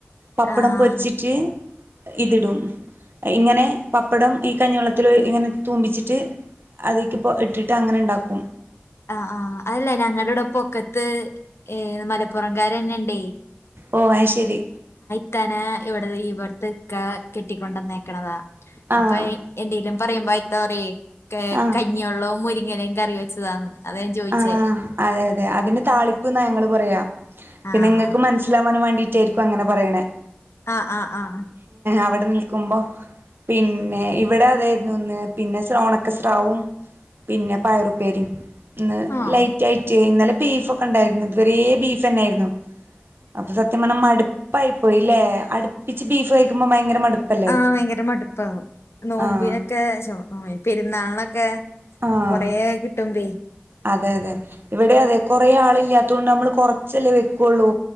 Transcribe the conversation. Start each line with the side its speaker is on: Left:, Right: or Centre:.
Right: പപ്പടം
Left: ആഹ്
Right: പൊരിച്ചിറ്റ് ഇതിടും ഇങ്ങനെ പപ്പടം ഈ കഞ്ഞിവെള്ളത്തിലൊയ്‌ ഇങ്ങനെ തൂമ്പിച്ചിട്ട് അതിക്കിപ്പോ ഇട്ടിട്ട് അങ്ങനെ ഇണ്ടാക്കും
Left: ആ ആ അതല്ല ഞങ്ങടൂടെ പൊക്കത്ത് ഏ മലപ്പുറംകാരെന്നെണ്ടേ
Right: ഓ അത് ശരി
Left: ത്തനാ ഇവട്ത്തെക്ക കെട്ടിക്കൊണ്ടന്നേക്കണതാ
Right: ആഹ്
Left: അപ്പൊ എന്തേലും പറയുമ്പോ ഇത്ത പറയും
Right: ആഹ്
Left: കഞ്ഞിവെള്ളവും മുരിങ്ങിലയും കറി വെച്ചതാന്ന് അതാ ഞാൻ ചോയിച്ചേ
Right: ആഹ് അതെ അതിന് താളിപ്പ്ന്നാ ഞങ്ങള് പറയാ പിന്നെ
Left: ആഹ്
Right: ഇങ്ങക്ക് മനസ്സിലാവാൻ വേണ്ടീട്ടേര്ക്കും അങ്ങനെ പറണെ
Left: ആഹ് ആഹ് ആഹ്
Right: അവിടെ നിൽക്കുമ്പോ പിന്നെ ഇവിടെ അതായിരുന്നു ഇന്ന് പിന്നെ ഒണക്കസ്രാവും പിന്നെ പയറുപ്പേരിം ഇന്ന്
Left: ആഹ്
Right: ലൈറ്റ് ആയിട്ട് ഇന്നലെ ബീഫ് ഒക്കെ ഉണ്ടായിരുന്നു ഇതുവരേ ബീഫെന്നായിരുന്നു അപ്പൊ സത്യം പറഞ്ഞാ മടുപ്പായി പോയില്ലേ അടുപ്പിച്ച് ബീഫ് കഴിക്കുമ്പോ ഭയങ്കര മടുപ്പല്ലേ
Left: ആഹ് ഭയങ്കര മടുപ്പാവും നോമ്പിനൊക്കെ
Right: ആഹ്
Left: ചോന്നുള്ളി പെരുന്നാൾനൊക്കെ
Right: ആഹ്
Left: കൊറേകിട്ടുമ്പേ
Right: അതെ അതെ ഇവിടെ അതെ കൊറേ ആളില്ലാതോണ്ട് നമ്മൾ കൊറച്ചല്ലേ വെക്കുള്ളൂ